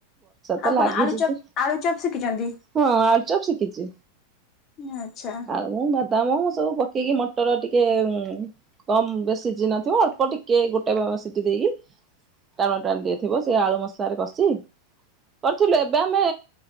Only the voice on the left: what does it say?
ଆଉ
କଣ ଆଳୁଚପ
ଆଳୁଚପ ଶିଖିଛନ୍ତି।
ଆଚ୍ଛା।